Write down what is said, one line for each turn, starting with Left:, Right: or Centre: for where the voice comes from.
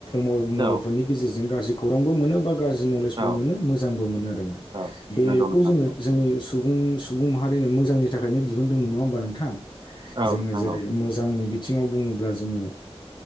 Left: मबाइल
Right: औ
Left: फननि गेजेरजों गाज्रि खौरांबो मोनो बा गाज्रि नलेजबो
Right: औ
Left: मोनो मोजांबो मोनो आरोना। बेखौ
Right: औ नंगौ नोंथां
Left: जोङो
Right: नंगौ
Left: जोंनि। सुबुं सुबुं माहारिनो मोजांनि थाखायनो दिहुनदोंमोन नङा होमबा नोंथां
Right: औ
Left: जोङो
Right: नोंथां
Left: जेरै
Right: औ
Left: मोजांनि बिथिङाव बुङोब्ला जोङो